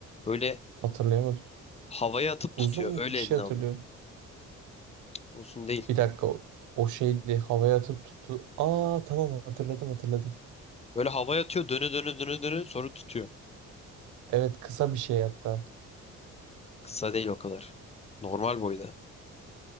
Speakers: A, on the left; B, on the right.
A: Böyle
B: Hatırlayamadım.
A: havaya atıp
B: Uzun
A: tutuyor. Öyle
B: bir
A: eline
B: şey hatırlıyorum.
A: alıyor. Uzun değil.
B: Bir dakika o, o şeydi. Havaya atıp tuttu. Aa tamam hatırladım hatırladım.
A: Böyle havaya atıyor. Dönü dönü dönü dönü sonra tutuyor.
B: Evet kısa bir şey hatta.
A: Kısa değil o kadar. Normal boyda.